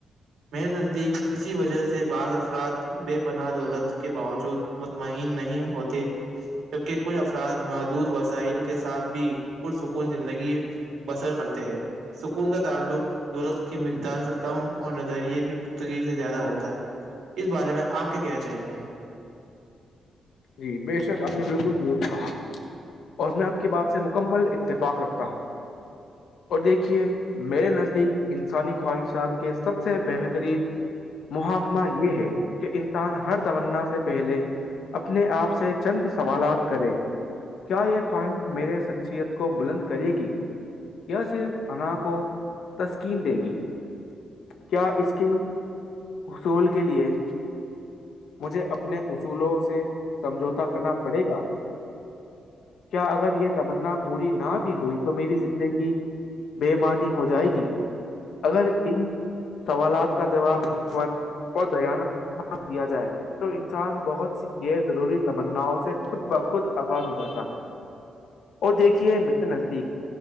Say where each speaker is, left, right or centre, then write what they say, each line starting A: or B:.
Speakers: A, on the right; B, on the left.
A: میرے نزدیک اسی وجہ سے بعض افراد بے پناہ دولت کے باوجود مطمئن نہیں ہوتے جبکہ کچھ افراد محدود وسائل کے ساتھ بھی پرسکون زندگی بسر کرتے ہیں سکون کا تعلق دورت کی مقدار سے کم اور نظریے کی پختگی سے زیادہ ہوتا ہے اس بارے میں آپ کیا کہنا چاہیں گے
B: جی بے شک آپ نے بالکل ضرور کہا اور میں آپ کی بات سے مکمل اتفاق رکھتا ہوں
A: تو <inaudible>
B: اور دیکھیے میرے نزدیک انسانی خواہشات کے سب سے بہترین محکمہ یہ ہے کہ انسان ہر تونا سے پہلے اپنے آپ سے چند سوالات کرے کیا یہ خواہش میرے شخصیت کو بلند کرے گی صرف انا کو تسکین دے گی کیا اس کے حصول کے لیے مجھے اپنے اصولوں سے سمجھوتا کرنا پڑے گا کیا اگر یہ تمنا پوری نہ بھی ہوئی تو میری زندگی بےمانی ہو جائے گی اگر ان سوالات کا جواب حکمت اور دیانت کے ساتھ دیا جائے تو انسان بہت سی غیر ضروری تمناؤں سے خود بخود آزاد ہو جاتا ہے اور دیکھیے میرے نزدیک